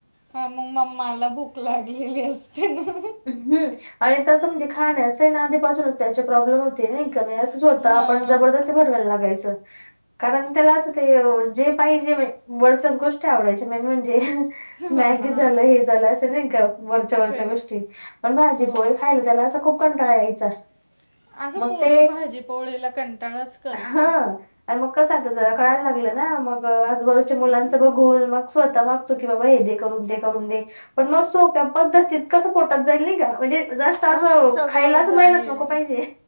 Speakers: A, on the right; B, on the left.
A: हा मग मम्माला भूक लागलेली असते ना हहह
B: हम् आणि तचं म्हणजे खाण्याच आहे ना आधीपासूनच त्याचे प्रॉब्लेम होते नाही. असच होत आपण
A: हां हां
B: जबरदस्ती भरवायला लागायच कारण त्याला अस ते जे पाहिजे वरच्याच गोष्टी आवडायची मेन म्हणजे
A: हा
B: मॅगी झालं हे झालं. नाही का वरच्या वरच्या
A: ते
B: गोष्टी पण भाजी
A: हो
B: पोळी खायली त्याला असं खूप कंटाळा यायचा.
A: <inaudible>
B: मग
A: पोरं
B: ते
A: भाजीपोळीला कंटाळाच करता.
B: हा अ मग कसा आता जरा कळायला लागलं ना मग आजूबाजूच्या मुलांच
A: हम्म.
B: बघून मग स्वतः मागतो की बाबा हे दे. करून दे करून दे पण मग सोप्या पद्धतीत कसं पोटात जाईल नाही का म्हणजे जास्त असं
A: हो सगळं
B: खायला असं
A: जाईल
B: मेहनत नको पाहिजे